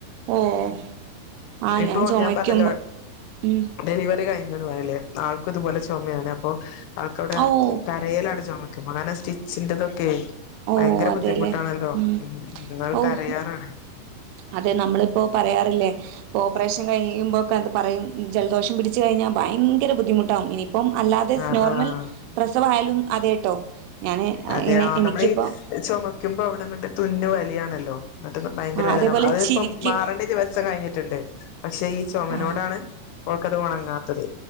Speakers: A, on the right; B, on the left.
A: ഓഹ് ആഹ്
B: ഇപ്പൊ
A: ഞാൻ ചുമക്കുമ്പോ
B: പറഞ്ഞല്ലോ
A: ഉം
B: ഡെലിവറി കഴിഞ്ഞതും ല്ലേ ആൾക്കും ഇതുപോലെ ചുമയാണ് അപ്പോ ആൾക്കവിടെ
A: ഓഹ്
B: കാ കരയലാണ് ചുമക്കുമ്പോ കാരണം സ്റ്റിച്ചിന്റെതൊക്കെ
A: ഓഹ്
B: ഭയങ്കര
A: അതെല്ലേ
B: ബുദ്ധിമുട്ടാണല്ലോ
A: ഉം
B: ന്നാള്
A: ഓഹ്
B: കരയാറാണ്
A: അതെ നമ്മളിപ്പോ പറയാറില്ലേ ഓപ്പറേഷൻ കഴിയുമ്പഴൊക്കെ അത് പറയും ജലദോഷം പിടച്ച് കഴിഞ്ഞാൽ ഭയങ്കര ബുദ്ധിമുട്ടാകും ഇനി ഇപ്പം അല്ലാതെ
B: ആഹ്
A: നോർമൽ
B: ആഹ്
A: പ്രസവായാലും അതേട്ടോ ഞാന്
B: അതെ
A: അയിന്
B: ആഹ്
A: എനിക്കിപ്പോ
B: നമ്മളീ ചുമക്കുമ്പോ അവിടെന്നിട്ട് തുന്ന് വലിയാണല്ലോ അന്നിട്ടപ്പോ ഭയങ്കര
A: ആ
B: വേദന
A: അതേപോലെ
B: അതിപ്പം
A: ചിരിക്ക്
B: മാറേണ്ട ദിവസ് സം കഴിഞ്ഞിട്ടുണ്ട് പക്ഷെ ഈ ചുമനോടാണ്
A: ആ
B: അവൾക്കത് ഉണങ്ങാത്തത്